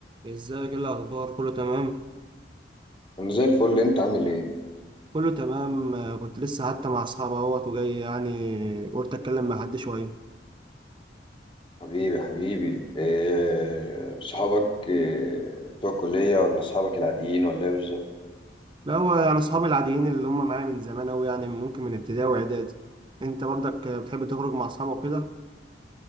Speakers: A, on the right; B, on the left.
A: ازيك ايه الاخبار كله تمام
B: انا زي الفل انت عامل ايه
A: كله تمام آه، كنت لسه حتى مع اصحابي اهوت وجاي يعني قلت اتكلم مع حد شويه
B: حبيبي حبيبي إيه صحابك إيه بتوع الكلية ولا صحابك العاديين ولا ايه بالظبط
A: لا هو يعني اصحابي العاديين اللي هم معايا من زمان اوي يعني ممكن من ابتدائي واعدادي انت برضك آه، بتحب تخرج مع اصحابك وكده